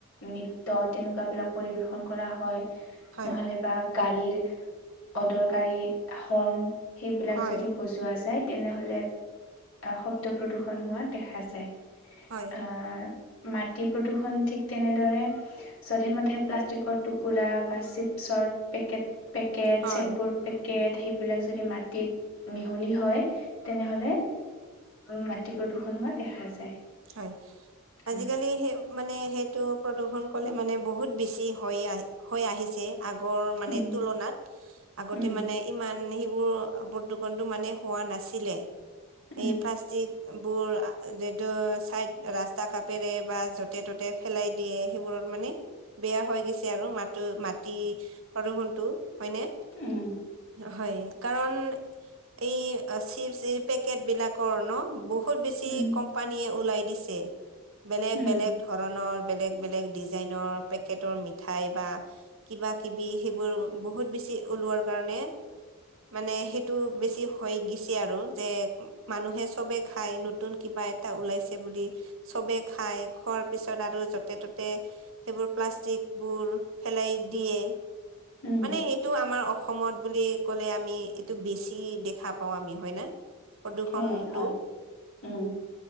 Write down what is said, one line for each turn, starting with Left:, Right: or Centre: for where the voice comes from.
Left: নৃত্য তেনেকুৱাবিলাক পৰিবেশন কৰা হয়।
Right: হয়
Left: নহ'লে বা গাড়ীৰ অদৰকাৰী হৰ্ণ সেইবিলাক
Right: হয়
Left: যদি বজোৱা যায়। তেনেহ'লে শব্দ প্ৰদূষণ হোৱা দেখা যায়।
Right: হয়।
Left: আহ মাটি প্ৰদূষণ ঠিক তেনেদৰে যধে মধে প্লাষ্টিকৰ টুকুৰা বা চিপছৰ পেকেট পেকট
Right: হয়
Left: চেম্পুৰ পেকেট সেইবিলাক যদি মাটিত মিহলি হয়। তেনে হ'লে উম, মাটি প্ৰদূষণ হোৱা দেখা যায়।
Right: হয়। আজিকালি
Left: উম
Right: সেই মানে সেইটো প্ৰদূৰষণ ক'লে মানে বহুত বেছি হৈ আহ হৈ আহিছে। আগৰ মানে
Left: উম
Right: তুলনাত আগতে
Left: উম
Right: মানে ইমান সেই বোৰ বৰ্তুকণটো মানে হোৱা নাছিলে,
Left: উম
Right: এই প্লাষ্টিক বোৰ আহ যে টো চাইদ ৰাস্তা কাপেৰে বা য'তে ত'তে ফেলাই দিয়ে সেইবোৰত মানে বেয়া হৈ গৈছে আৰু মাটো মাটি প্ৰদূষনতটো। হয়নে,
Left: উম
Right: হয়। কাৰণ এই চিপচ যি এই পেকেট বিলাকৰ ন বহুত বেছি
Left: উম
Right: কম ওলাই দিছে, বেলেগ
Left: উম
Right: বেলেগ ধৰণৰ বেলেগ বেলেগ ডিজাইনৰ পেকেটৰ মিঠাই বা কিবা কিবি সেইবোৰ বহুত বেছি সেই ওলোৱাৰ কাৰণে মানে সেইটো বেছি হৈ গৈছে আৰু যে মানুহে চবে খাই নতুন কিবা এটা এটা ওলাইছে বুলি চবে খাই খোৱাৰ পিছত আৰু যতে ত'তে সেইবোৰ প্লাষ্টিক বোৰ খেলাই দিয়ে,
Left: উম
Right: মানে এইটো আমাৰ অস অসমত বুলি ক'লে আমি এইটো বেছি দেখা পাওঁ আমি হয়নে? প্ৰদূষণটো?
Left: হয় হয় উম